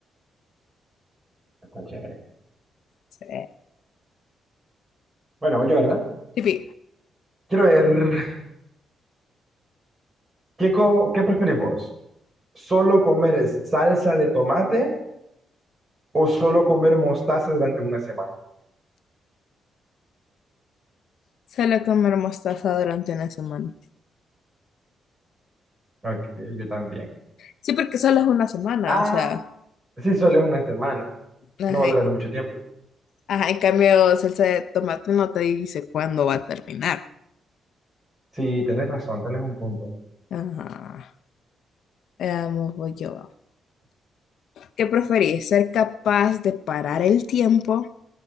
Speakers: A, on the right; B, on the left.
A: está chévere.
B: Sí.
A: Bueno, voy yo, ¿verdad?
B: Tipi,
A: Quiero ver, ¿qué, co- qué preferís vos? ¿Solo comer salsa de tomate o solo comer mostaza durante una semana?
B: solo comer mostaza durante una semana.
A: Ok, yo también.
B: Sí, porque solo es una semana,
A: Ah,
B: o sea,
A: sí, solo es una semana.
B: ajá,
A: No va a durar mucho tiempo.
B: ajá, en cambio salsa de tomate no te dice cuándo va a terminar.
A: Sí, tenés razón, tenés un punto.
B: Ajá, veamos, voy yo, ¿Qué preferís? ¿Ser capaz de parar el tiempo